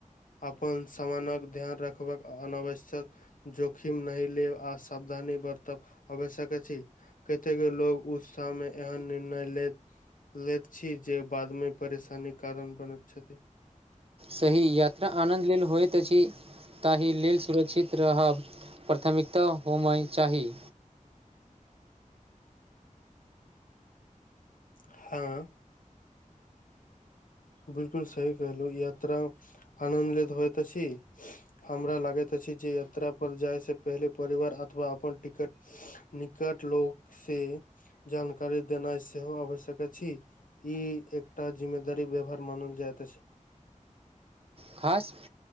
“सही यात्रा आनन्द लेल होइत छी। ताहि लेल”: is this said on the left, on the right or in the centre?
Right